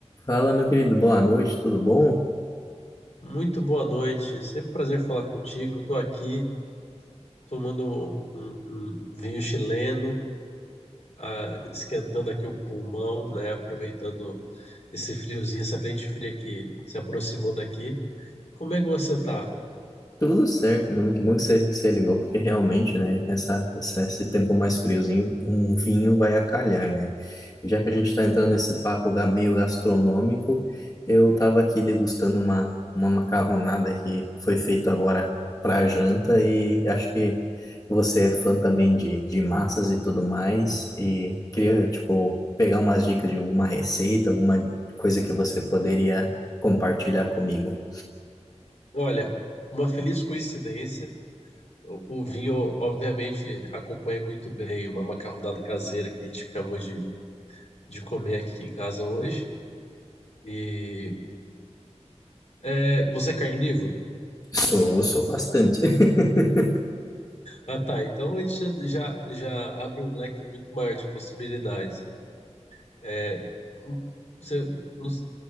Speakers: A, on the left; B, on the left.
A: Fala, meu querido, boa noite, tudo bom?
B: Muito boa noite, sempre um prazer falar contigo. Estou aqui tomando um, um vinho chileno, ah, esquentando aqui o pulmão, né? Aproveitando esse friozinho, essa frente fria que se aproximou daqui. Como é que você tá?
A: Tudo certo, mano, que bom que você, que você ligou, porque realmente, né, essa, essa, esse tempo mais friozinho, um vinho vai acalhar, né? E Já que a gente tá entrando nesse papo ga- meio gastronômico, eu tava aqui degustando uma, uma macarronada que foi feita agora pra janta e acho que você é fã também de, de massas e tudo mais, e queria, tipo, pegar umas dicas de alguma receita, alguma coisa que você poderia compartilhar comigo.
B: Olha, uma feliz coincidência. O, o vinho, obviamente, acompanha muito bem uma macarronada caseira que a gente acabou de, de comer aqui em casa hoje. E é, você é carnívoro?
A: Sou, sou bastante. <laughs>
B: Ah, tá. Então a gente já, já já abre um leque muito maior de possibilidades. É, um, você, não s-